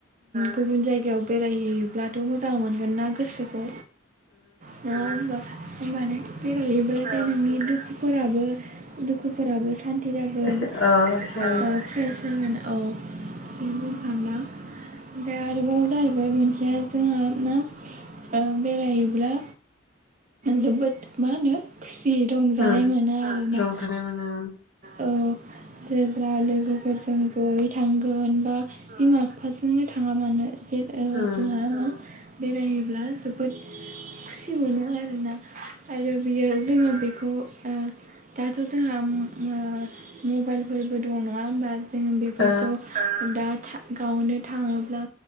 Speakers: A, on the right (about 35°); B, on the left (about 55°).
A: गुबुन जायगायाव बेरायहैयोब्लाथ' मोजां मोनगोन ना गोसोखौ। <unintelligible> होमबानो बेरायहोयोब्लाथाय नोंनि दुखु फोराबो। दुखुफोराबो सान्ति जागोन
B: एसे ओ
A: <unintelligible>
B: एसे
A: औ बुंनो सानला ओमफाय आरोबाव जाहैबाय मोनसेया जोंहा मा ओ बेरायोब्ला जोबोद मा होनो। जि रंजानाय
B: उम
A: मोनो आरोना।
B: रंजानाय मोनो
A: औ जेब्ला लोगोफोरजों जयै थांगोन बा उम बिमा बिफा जोंनो थाङा मानो जे ओ
B: उम
A: जोंहा न बेरायोब्ला जोबोद खुसि मोनो आरोना आरो बियो उम जोङो बेखौ ओ दाथ' जोंहा उम ओ मबाइलफोरबो दङ नङा होमबा जों बेफोरखौ
B: ओ
A: ओ दा था गावनो थाङोब्ला